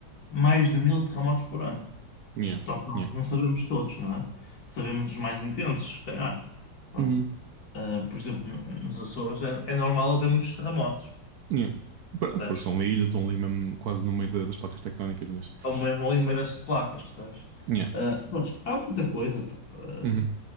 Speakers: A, on the left (about 50°); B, on the right (about 65°).
A: mais de mil terremotos por ano.
B: Yeah.
A: Só que nós
B: Yeah.
A: não sabemos todos, não é? Sabemos os mais intensos, se calhar. Pronto.
B: Uhum.
A: Ah, por exemplo, no- nos Açores é, é normal haver muitos terremotos,
B: Yeah. Pronto,
A: percebes?
B: Porque são uma ilha, estão ali mesmo quase no meio da- das placas tectónicas, mas...
A: Ou mesmo ali no meio das placas, percebes?
B: yeah.
A: Ah, pronto, há muita coisa, pá. Ah,
B: Uhum.